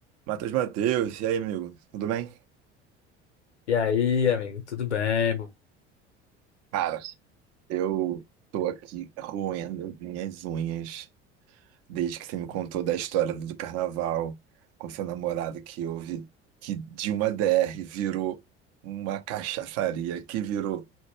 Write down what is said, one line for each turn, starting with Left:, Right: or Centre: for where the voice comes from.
Right: Matheus Matheus, e aí, amigo? Tudo bem?
Left: E aí, amigo, tudo bem?
Right: Cara, eu tô aqui roendo minhas unhas desde que você me contou da história do carnaval com seu namorado que houve, que de uma DR virou uma cachaçaria, que virou